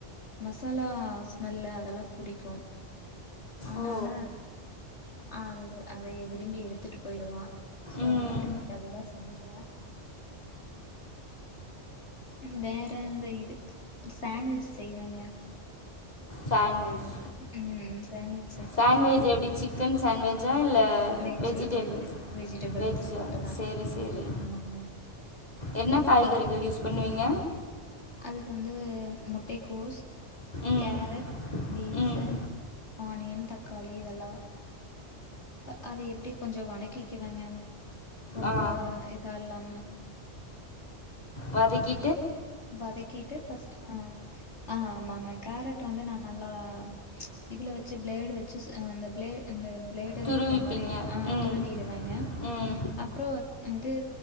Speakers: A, on the left; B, on the left.
A: மசாலா ஸ்மெல்லு அதெல்லா புடிக்கு ஆனால
B: ஓ
A: ஆ அது அதயே விரும்பி எடுத்துட்டு போயிருவா சோ
B: ம்
A: அதனால இன்னைக்கு அதுதா செஞ்ஜே வேற இந்த இது சாண்ட்விச் செய்வேங்க
B: சாண்ட்விச்
A: ம் உம் சேண்ட்வெஜ்
B: சாண்ட்வெஜ் எப்டி சிக்கன் சாண்ட்வெஜா இல்ல
A: வெஜ்ல
B: வெஜிடேபிள்ஸ்
A: வெஜ் வெஜிடபிள்ஸ்
B: வெஜ்ஜா
A: போட்டுதா
B: சேரி சேரி
A: ஆமாங்க
B: என்ன காய்கறிகள்
A: அதுல
B: யூஸ் பண்ணுவீங்க
A: அதுக்கு வந்து முட்டை கோஸ்
B: ம்
A: கேரட் பீன்ஸ்சு
B: ம்
A: ஆனியன் தக்காளி இதெல்லா அ அது எப்டி கொஞ்சோ வணக்கிக்குவேங்க ரொம்ப
B: ஆ
A: இதா இல்லாம
B: வதக்கி
A: வதக்கிட்டு பர்ஸ்ட் அ ஆமாங்கா காரட் வந்து நா நல்லா இதுல வெச்சு பிளேடு வெச்சு ம் இந்த பிளே பிளேடு
B: துருவிப்பீங்க
A: இருக்கிற மாறி இருக்கு அ
B: ம்
A: துருவிறுவங்க
B: ம்
A: அப்றோ என்னது